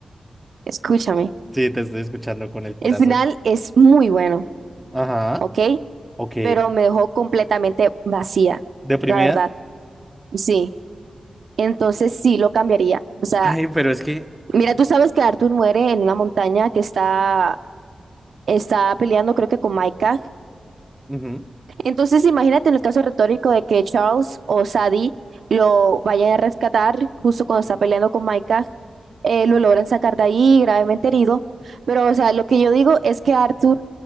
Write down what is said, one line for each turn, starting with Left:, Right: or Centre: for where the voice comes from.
Right: escúchame.
Centre: Sí, te estoy escuchando con el corazón.
Right: El final es muy bueno,
Centre: Ajá.
Right: ¿ok?
Centre: Ok.
Right: Pero me dejó completamente vacía,
Centre: ¿Deprimida?
Right: la verdad. Sí. Entonces sí lo cambiaría. O sea,
Centre: Ay, pero es que...
Right: mira, tú sabes que Arthur muere en una montaña que está, está peleando, creo que con Micah.
Centre: ujú.
Right: Entonces imagínate en el caso retórico de que Charles o Sadie lo vayan a rescatar justo cuando está peleando con Micah, eh, lo logran sacar de ahí gravemente herido. Pero, o sea, lo que yo digo es que Arthur,